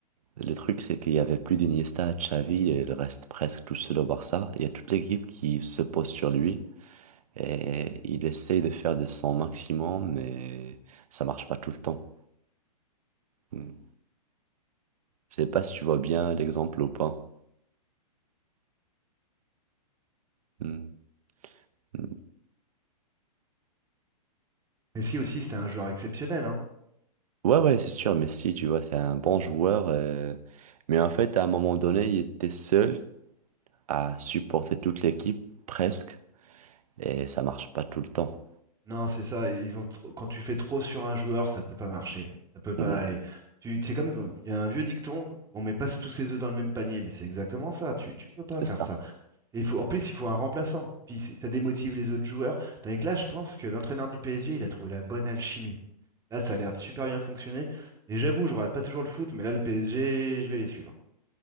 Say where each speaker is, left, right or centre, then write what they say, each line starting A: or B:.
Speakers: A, on the right (about 65°); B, on the right (about 15°).
A: le truc, c'est qu'il y avait plus d'Iniesta, Xavi, et il reste presque tout seul au Barça. Il y a toute l'équipe qui se pose sur lui. Et il essaye de faire de son maximum, mais ça marche pas tout le temps. Hmm. Je sais pas si tu vois bien l'exemple ou pas. Hmm. Hmm.
B: Messi aussi, c'était un joueur exceptionnel, hein.
A: Ouais, ouais, c'est sûr, Messi, tu vois, c'est un bon joueur. euh, Mais en fait, à un moment donné, il était seul. à supporter toute l'équipe presque et ça marche pas tout le temps.
B: Non, c'est ça. Ils ont trop- Quand tu fais trop sur un joueur, ça peut pas marcher. Ça peut pas
A: Mhm.
B: aller. Tu... C'est comme il y a un vieux dicton, on met pas tous ses œufs dans le même panier, mais c'est exactement ça. Tu... tu peux
A: C'est
B: pas faire
A: ça.
B: ça. Et il faut... En plus, il faut un remplaçant. Puis c'est- ça démotive les autres joueurs. Tandis que là, je pense que l'entraîneur du PSG, il a trouvé la bonne alchimie. Là, ça a l'air de super bien fonctionner. Et j'avoue, je regarde pas toujours le foot, mais là, le PSG, je vais les suivre.